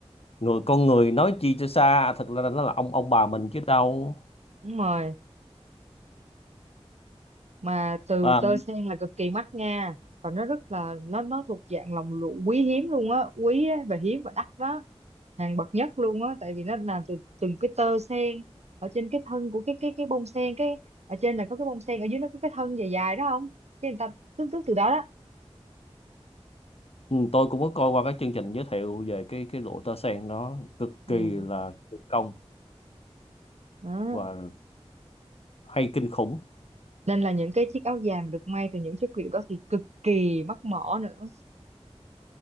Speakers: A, on the left (about 60°); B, on the right (about 80°).
A: người con người nói chi cho xa thật ra là nó là ông ông bà mình chứ đâu
B: đúng rồi mà từ
A: À,
B: tơ sen là cực kỳ mắc nha và nó rất là nó nó thuộc dạng lòng lụa quý hiếm luôn á quý á, và hiếm và đắt đó hàng bậc nhất luôn á tại vì nó làm từ từng cái tơ sen ở trên cái thân của cái cái cái bông sen cái ở trên là có cái bông sen ở dưới nó có cái thân dài dài đó không cái người ta tước tước từ đó đó
A: Ừ, tôi cũng có coi qua cái chương trình giới thiệu về cái cái lụa tơ sen nó cực
B: ừ
A: kỳ là kỳ công
B: đó
A: và hay kinh khủng
B: nên là những cái chiếc áo dài mà được may từ những chất liệu đó thì cực kỳ mắc mỏ nữa